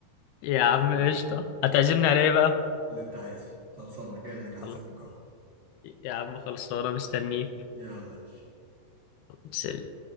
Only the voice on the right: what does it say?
خلاص
تمام.
اللي أنت عايزه خلصانة جاي لك عازمك
أهو
يلا يا باشا